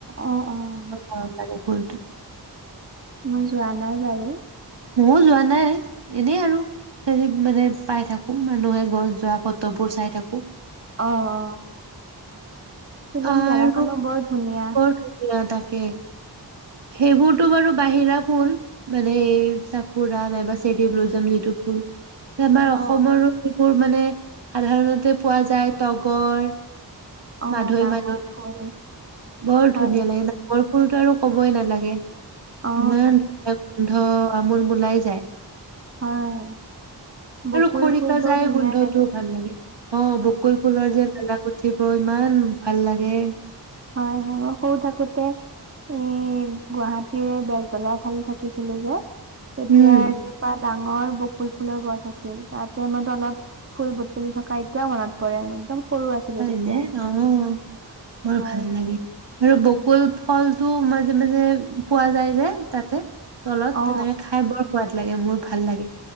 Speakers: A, on the right; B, on the right.
A: অ অ
B: ইমান মৰম লাগে ফুলটো।
A: মই যোৱা নাই বাৰু।
B: মইও যোৱা নাই, এনেই আৰু। হেৰিত মানে পাই থাকো মানুহে ঘৰত যোৱা ফটোবোৰ চাই থাকো।
A: অ অ শিলং
B: আৰু
A: জোগাখনো বৰ ধুনীয়া।
B: বৰ তাকে সেইবোৰতো বাৰু বাহিৰা ফুল। মানে এই চাফুৰা নাইবা চেৰি ব্লুজাম যিটো ফুল। আমাৰ অসমৰো
A: অ
B: এইবোৰ মানে সাধাৰণতে পোৱা যায় তগৰ
A: অ
B: মাধৈ
A: নাহৰ
B: মালতী
A: ফুল
B: বৰ
A: হয়
B: ধুনীয়া লাগে নামৰ, ফুলতো আৰু কবই নালাগে
A: অ
B: ইমান ধুনীয়া গোন্ধ আমোল মোলাই যায়।
A: হয়। বকুল
B: আৰু খৰিকা
A: ফুলটোও
B: যাই
A: ধুনীয়া
B: গোন্ধটো
A: লাগে
B: ভাল লাগে অ বকুল ফুলৰ যে মেলা উঠিব ইমান ভাল লাগে।
A: হয় হয় সৰু থাকোতে এই গুৱাহাটীৰ বেলতলাৰ ফালে থাকিছিলো যে তেতিয়া
B: উম,
A: ডাঙৰ বকুল ফুলৰ গছ আছিল তাতে মই তলত। ফুল বুটলি থকা এতিয়াও মনত পৰে আৰু একদম সৰু আছিলো
B: হয়নে?
A: তেতিয়া।
B: অ', বৰ
A: হয়
B: ভাল
A: হয়
B: লাগে। আৰু বকুল ফলটো মাজে মাজে পোৱা যায় যে তাতে। তলত
A: অ
B: তেনেকে খাই বৰ সোৱাদ লাগে মোৰ ভাল লাগে।